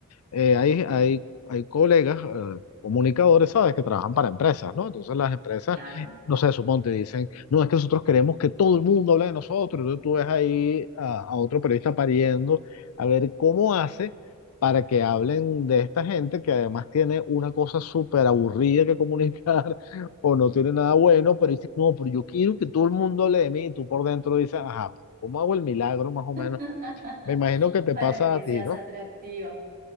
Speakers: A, on the left; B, on the right.
A: eh, hay, hay, hay colegas, eh, comunicadores, ¿sabes?, que trabajan para empresas, ¿no? Entonces las empresas,
B: claro.
A: no sé, suponte, dicen, no, es que nosotros queremos que todo el mundo hable de nosotros. Entonces tú ves ahí a, a otro periodista pariendo a ver cómo hace para que hablen de esta gente que además tiene una cosa súper aburrida que comunicar <laughs> o no tiene nada bueno, pero dice no, pero yo quiero que todo el mundo hable de mí y tú por dentro dices, ajá, ¿cómo hago el milagro más o menos?
B: <laughs>
A: Me imagino que te
B: para
A: pasa
B: que
A: a ti,
B: seas
A: ¿no?
B: atractiva.